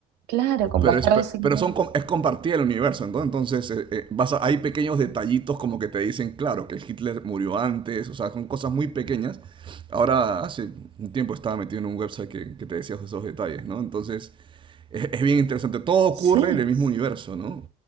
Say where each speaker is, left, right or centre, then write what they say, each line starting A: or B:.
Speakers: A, on the right; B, on the right.
A: claro, con
B: pero,
A: Bastardos
B: es, pero
A: sin Gloria.
B: son, es compartida el universo, ¿no? entonces eh, eh, vas a- hay pequeños detallitos como que te dicen, claro, que Hitler murió antes, o sea, son cosas muy pequeñas. Ahora, hace un tiempo estaba metido en un website que, que te decía esos detalles, ¿no? Entonces, es, es bien interesante, todo ocurre
A: Sí,
B: en el mismo universo, ¿no?